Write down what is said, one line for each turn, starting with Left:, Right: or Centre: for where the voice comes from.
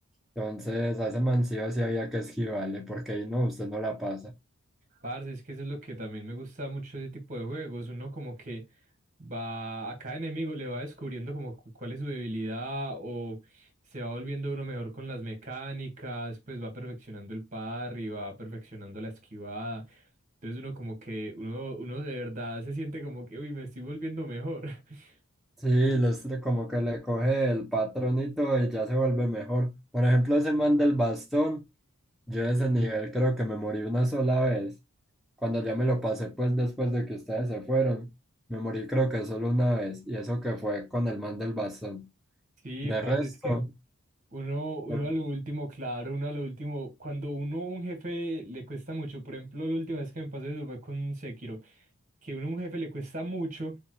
Centre: Entonces, a ese man sí o sí había que esquivarle, porque ahí no, usted no la pasa.
Right: Parce, es que eso es lo que también me gusta mucho ese tipo de juegos. Uno como que va, a cada enemigo le va descubriendo como cu- cuál es su debilidad o se va volviendo uno mejor con las mecánicas, pues va perfeccionando el parry, va perfeccionando la esquivada. Entonces uno como que, uno, uno de verdad se siente como que, uy, me estoy volviendo mejor. <laughs>
Centre: Sí, les, como que le coge el patronito y ya se vuelve mejor. Por ejemplo, ese man del bastón, yo de ese nivel creo que me morí una sola vez. Cuando ya me lo pasé, pues después de que ustedes se fueron, me morí creo que solo una vez, y eso que fue con el man del bastón.
Right: Sí,
Centre: De
Right: parce,
Centre: resto,
Right: es que uno, uno
Centre: yo-
Right: a lo último, claro, uno a lo último, cuando uno a un jefe le cuesta mucho, por ejemplo, la última vez que me pasó eso fue con Sekiro, que uno a un jefe le cuesta mucho,